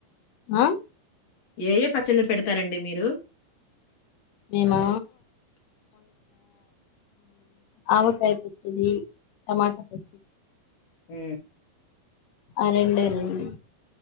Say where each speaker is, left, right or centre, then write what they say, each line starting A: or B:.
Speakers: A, on the left; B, on the left.
A: ఆ
B: ఏ ఏ పచ్చళ్ళ పెడతారండి మీరు
A: మేమా ఆవకా పెడ చ్చది టమాటా పచ్చది
B: హ
A: ఆ రెండి రండి